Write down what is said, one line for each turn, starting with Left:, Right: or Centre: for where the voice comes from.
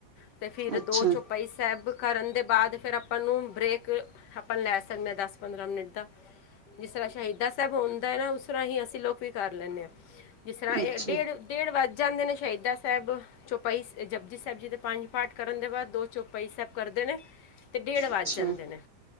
Left: ਅਤੇ ਫਿਰ
Right: ਅੱਛਾ
Left: ਦੋ ਚੁਪਾਈ ਸੈਬ ਕਰਨ ਦੇ ਬਾਅਦ ਫਿਰ ਆਪਾਂ ਨੂੰ ਬਰੇਕ ਆਪਾਂ ਲੈ ਸਕਦੇ ਹਾਂ ਦਸ -ਪੰਦਰਾਂ ਮਿੰਟ ਦਾ। ਜਿਸ ਤਰ੍ਹਾਂ ਸ਼ਹੀਦਾ ਸਾਹਿਬ ਹੁੰਦਾ ਹੈ ਨਾ ਉਸ ਤਰ੍ਹਾਂ ਹੀ ਅਸੀਂ ਲੋਕ ਵੀ ਕਰ ਲੈਂਦੇ ਹਾਂ। ਜਿਸ ਤਰ੍ਹਾਂ ਇਹ
Right: ਅੱਛਾ
Left: ਡੇਢ- ਡੇਢ ਵੱਜ ਜਾਂਦੇ ਨੇ ਸ਼ਹੀਦਾ ਸਾਹਿਬ। ਚੌਪਾਈ ਜਪਜੀ ਸਾਹਿਬ ਜੀ ਦੇ ਪੰਜ ਪਾਠ ਕਰਨ ਦੇ ਬਾਅਦ, ਦੋ ਚੌਪਾਈ ਸਾਹਿਬ ਕਰਦੇ ਨੇ। ਅਤੇ ਡੇਢ ਵੱਜ
Right: ਅੱਛਾ
Left: ਜਾਂਦੇ ਨੇ।